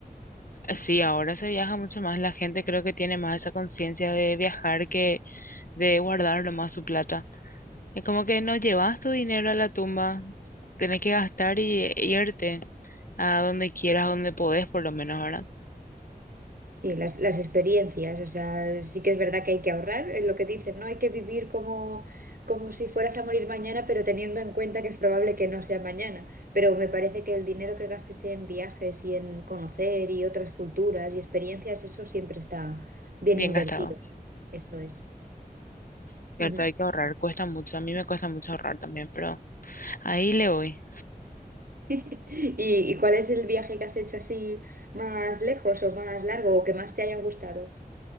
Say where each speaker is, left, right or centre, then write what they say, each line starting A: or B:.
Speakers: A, on the left (about 60°); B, on the right (about 60°).
A: Sí, ahora se viaja mucho más. La gente creo que tiene más esa conciencia de viajar que de guardar nomás su plata. Es como que no llevas tu dinero a la tumba. Tenés que gastar y e irte a donde quieras, a donde podés, por lo menos ahora.
B: Sí, las, las experiencias, o sea, sí que es verdad que hay que ahorrar, es lo que dicen, no hay que vivir como, como si fueras a morir mañana, pero teniendo en cuenta que es probable que no sea mañana. Pero me parece que el dinero que gastes en viajes y en conocer y otras culturas y experiencias, eso siempre está bien
A: Bien
B: invertido,
A: gastado.
B: eso es.
A: Cierto,
B: Ujú.
A: hay que ahorrar. Cuesta mucho. A mí me cuesta mucho ahorrar también, pero ahí le voy.
B: <laughs> ¿Y, y cuál es el viaje que has hecho así más lejos o más largo o que más te haya gustado?